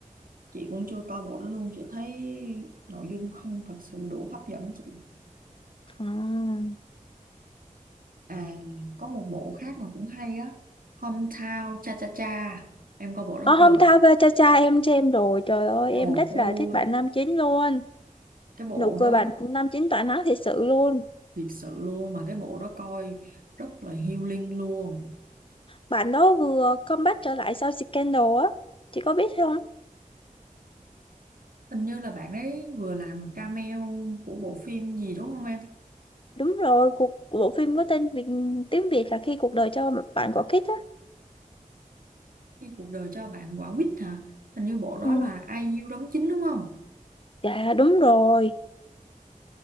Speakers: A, on the right (about 75°); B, on the left (about 40°).
A: chị cũng chưa coi bộ đó luôn chị thấy nội dung không thật sự đủ hấp dẫn chị
B: à.
A: à có một bộ khác mà cũng hay á Hometown Cha Cha Cha em coi bộ đó
B: Ở hôm
A: chưa
B: tao về cha cha em xem rồi trời ơi em
A: đồ
B: rất
A: ô
B: là thích bạn nam chính luôn
A: cái bộ
B: Nụ cười
A: đó
B: bạn năm chín tỏa nắng thiệt sự luôn.
A: thiệt sự luôn mà cái bộ đó coi rất là healing luôn
B: Bạn đó vừa comeback trở lại sau Scandal á. Chị có biết không?
A: hình như là bạn ấy vừa làm cameo của bộ phim gì đúng không em
B: Đúng rồi, cuộc bộ phim có tên Việt, tiếng Việt là khi cuộc đời cho bạn quả quýt á.
A: khi cuộc đời cho bạn quả quýt hả hình như bộ đó
B: Ừ.
A: là IU đóng chính đúng không
B: Dạ đúng rồi.